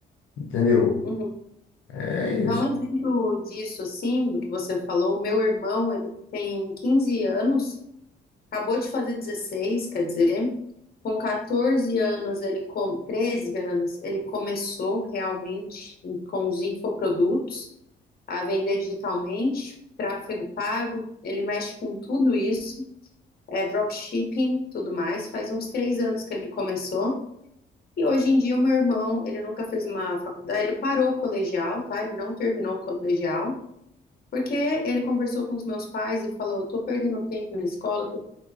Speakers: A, on the left; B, on the left.
A: entendeu?
B: Uhum.
A: É isso.
B: Dá um exemplo disso, assim, do que você falou. O meu irmão, ele tem 15 anos, acabou de fazer dezesseis quer dizer, com 14 anos, ele com 13 anos, ele começou realmente com os infoprodutos, a vender digitalmente, tráfego pago, ele mexe com tudo isso, é dropshipping, tudo mais. Faz uns três anos que ele começou. E hoje em dia o meu irmão, ele nunca fez uma faculdade, ele parou o colegial, tá? Ele não terminou o colegial, porque ele conversou com os meus pais e falou, tô perdendo tempo na escola, que eu